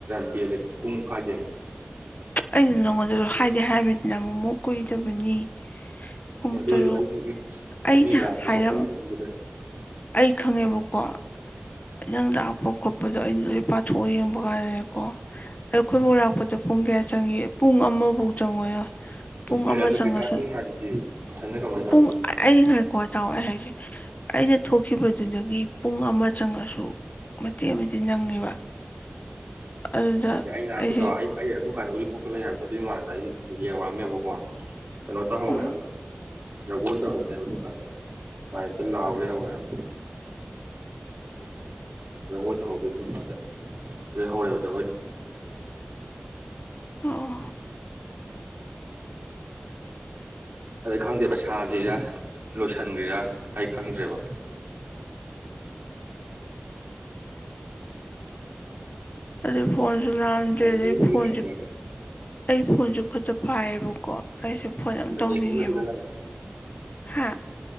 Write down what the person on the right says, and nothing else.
ꯇꯤ ꯂꯩ ꯄꯨꯡ ꯐꯥꯖꯦ
ꯑꯦ ꯑꯗꯨ
ꯑꯣꯏꯔꯁꯨ ꯑꯩꯁꯨ
ꯃꯤ ꯂꯥꯛꯄ
ꯈꯣꯠꯄ ꯍꯥꯏꯗꯣ ꯑꯗꯨꯗ
ꯂꯩ
ꯑꯦ ꯑꯗꯨ
ꯕꯤꯀꯥꯁꯄꯨ ꯉꯥꯏꯗꯨꯗꯤ ꯏꯊꯟꯗ ꯀꯃꯥꯏꯅ
ꯂꯥꯛꯇꯣꯏꯅꯣ
ꯑꯗꯨ ꯑꯩ ꯂꯥꯛꯄꯗꯣ
ꯑꯩ ꯑꯗꯨ ꯀꯥꯏꯅ ꯎꯔꯤꯄꯣꯛꯇ ꯂꯩ ꯍꯥꯏꯕꯗꯣ ꯑꯗꯨꯒꯤ ꯃꯃꯥꯡꯗ ꯑꯩ ꯌꯦꯡꯍꯧꯔꯝꯃꯦꯕꯀꯣ ꯀꯩꯅꯣ ꯇꯧꯍꯧꯋꯦ
ꯍꯥꯏꯕ ꯖꯒꯣꯏ ꯇꯍꯗꯦ ꯍꯥꯏꯕ ꯑꯗꯨ ꯀꯥꯟꯗ ꯃꯥꯏ ꯑꯝꯇ ꯂꯥꯎꯍꯔꯦ ꯍꯧꯧꯋꯦ ꯍꯥꯏꯕ ꯖꯒꯣꯏ ꯇ ꯍꯧꯗꯣꯏ ꯑꯗꯨ ꯀꯗ ꯂꯦꯛ ꯍꯧꯔꯦꯕ ꯖꯒꯣꯏꯗꯣ
ꯑꯗ ꯈꯪꯗꯦꯕ ꯁꯥꯗ꯭ꯔꯤꯔꯥ ꯂꯣꯏꯁꯤꯟꯈ꯭ꯔꯤꯔꯥ ꯑꯩ ꯈꯪꯗ꯭ꯔꯦꯕ
ꯅꯣꯅꯦꯒꯤ ꯂꯣꯏ
ꯂꯥꯛꯑꯝꯃꯦꯕ
ꯅꯣꯅꯦꯒꯤꯗ